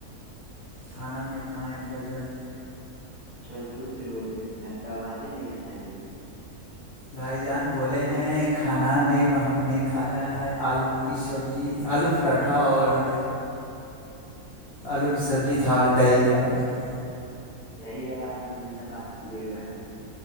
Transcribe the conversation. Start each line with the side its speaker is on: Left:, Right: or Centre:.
Left: کھانا میں کھائائے بجن
Right: تھوڑا زور سے بول رہی بھائی آپ آواز ہی نہیں آتا ہے میرے پاس
Left: بھائی جان بولے ہیں کھانا میں ہم نے کھایا ہے آلو کی سبزی آلو پراٹھا اور آلو کی سبزی تھا اور دہی تھا بھائی جان
Right: یہی آواز میں ہمیشہ بات کیجیے گا بھائی